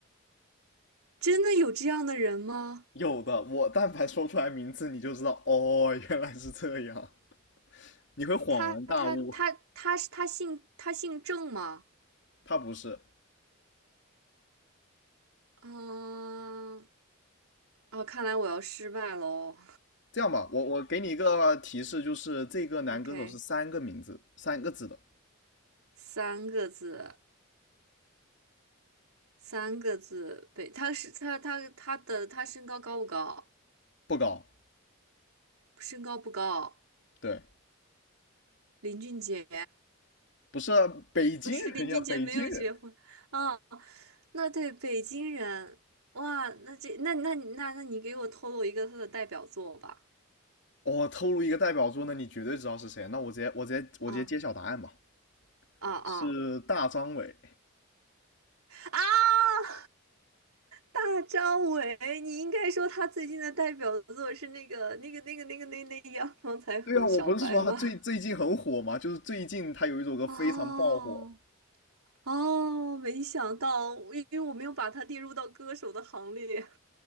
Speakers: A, on the right (about 85°); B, on the left (about 55°).
A: 真的有这样的人吗？
B: 有的，我但凡说出来名字，你就知道哦，原来是这样，<laughs> 你会恍然大悟。
A: 他他他他是他姓他姓郑吗？
B: 他不是。
A: 嗯，哦，看来我要失败喽。
B: 这样吧，我我给你一个提示，就是这个男歌手是三个名字，
A: OK，
B: 三个字的，
A: 三个字，三个字，北，他是他他他的他身高高不高？
B: 不高。
A: 身高不高，
B: 对，
A: 林俊杰。
B: 不是北京人呀，
A: 不是林俊杰没有结婚，
B: 北京人。
A: 啊？那对北京人，哇，那这那那那那你给我透露一个他的代表作吧？
B: 我、哦透露一个代表作，那你绝对知道是谁。那我直接我直接我直接揭晓答案吧，
A: 啊啊啊
B: 是大张伟。
A: 啊！大张伟，你应该说他最近的代表作是那个那个那个那个那那阳光彩虹小白吗？
B: 对啊，我不是说他最最近很火嘛，
A: <laughs>
B: 就是最近他有一首歌非常爆火，
A: 哦哦，没想到，因为我没有把他列入到歌手的行列